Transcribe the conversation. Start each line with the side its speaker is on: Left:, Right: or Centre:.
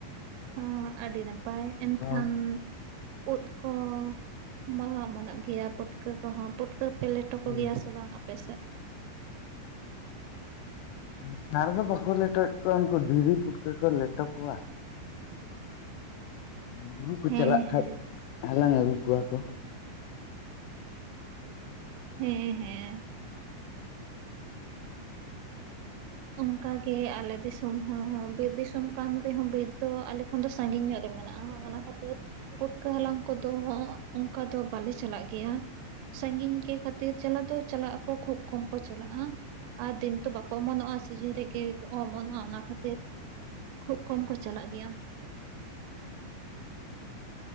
Right: ᱦᱩᱸ ᱟᱹᱰᱤ ᱱᱟᱯᱟᱭ
Left: ᱟᱫᱚ
Right: ᱮᱱᱠᱷᱟᱱ ᱩᱫ ᱠᱚ ᱢᱟ ᱚᱢᱚᱱᱚᱜ ᱜᱮᱭᱟ ᱯᱩᱴᱠᱟᱹ ᱠᱚᱦᱚᱸ ᱯᱩᱴ ᱠᱟᱹ ᱯᱮ ᱞᱮᱴᱚ ᱠᱚᱜᱮᱭᱟ
Left: ᱦᱩᱸ
Right: ᱥᱮ ᱵᱟᱝ ᱟᱯᱮᱥᱮᱫ?
Left: ᱱᱮᱛᱟᱨ ᱫᱚ ᱵᱟᱠᱚ ᱞᱮᱴᱚᱭᱮᱫ ᱠᱚᱣᱟ ᱩᱱᱠᱩ ᱫᱷᱤᱨᱤ ᱯᱩᱴᱠᱟᱹ ᱠᱚ ᱞᱮᱴᱚ ᱠᱚᱣᱟ ᱾ ᱢᱟᱱᱮ ᱵᱩᱨᱩ ᱠᱚ
Right: ᱦᱮᱸ
Left: ᱪᱟᱞᱟᱜ ᱠᱷᱟᱡ
Right: ᱦᱮᱸ
Left: ᱦᱟᱞᱟᱝ ᱟᱹᱜᱩ ᱠᱚᱣᱟ ᱠᱚ᱾
Right: ᱦᱮᱸ ᱦᱮᱸ᱾ ᱚᱝᱠᱟᱜᱮ ᱟᱞᱮ ᱫᱤᱥᱚᱢ ᱦᱚᱸ ᱵᱤᱨ ᱫᱤᱥᱚᱢ ᱠᱟᱱ ᱨᱮᱦᱚᱸ ᱵᱤᱨ ᱫᱚ ᱟᱞᱮ ᱚᱸᱰᱮ ᱥᱟᱺᱜᱤᱧ ᱧᱚᱜ ᱨᱮ ᱢᱮᱱᱟᱜᱼᱟ ᱚᱱᱟ ᱠᱷᱟᱹᱛᱤᱨ ᱯᱩᱴᱠᱟᱹ ᱦᱟᱞᱟᱝ ᱠᱚᱫᱚ ᱚᱝᱠᱟ ᱫᱚ ᱵᱟᱞᱮ ᱪᱟᱞᱟᱜ ᱜᱮᱭᱟ᱾ ᱥᱟᱜᱤᱧ ᱜᱮ ᱠᱷᱟᱹᱛᱤᱨ ᱪᱟᱞᱟᱣ ᱫᱚ ᱪᱟᱞᱟᱜ ᱟᱠᱚ ᱠᱷᱩᱵᱽ ᱠᱚᱢ ᱠᱚ ᱪᱟᱞᱟᱜᱼᱟ᱾ ᱟᱨ ᱫᱤᱱ ᱛᱚ ᱵᱟᱠᱚ ᱚᱢᱚᱱᱚᱜᱼᱟ᱾ ᱥᱤᱡᱤᱱ ᱨᱮᱜᱮ ᱠᱚ ᱚᱢᱚᱱᱚᱜᱼᱟ ᱚᱱᱟ ᱠᱷᱟᱹᱛᱤᱨ ᱠᱷᱩᱵ ᱠᱚᱢ ᱠᱚ ᱪᱟᱞᱟᱜ ᱜᱮᱭᱟ᱾
Left: ᱦᱩᱸᱸ <unintelligible>